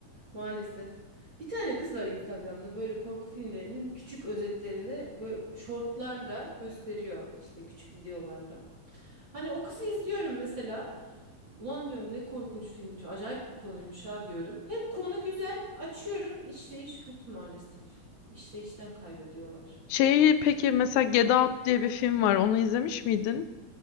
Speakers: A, on the right; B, on the left.
A: maalesef. Bir tane kız var Instagram'da böyle korku filmlerinin küçük özetlerini böyle şortlarla gösteriyor. işte küçük videolarla. Hani o kızı izliyorum mesela. Ulan diyorum ne korkunç filmmiş. Acayip bir konuymuş ha diyorum. Hep konu güzel. Açıyorum. İşte iş kötü maalesef. İşte işten kaybediyorlar.
B: Şeyi peki mesela Get Out diye bir film var. Onu izlemiş miydin?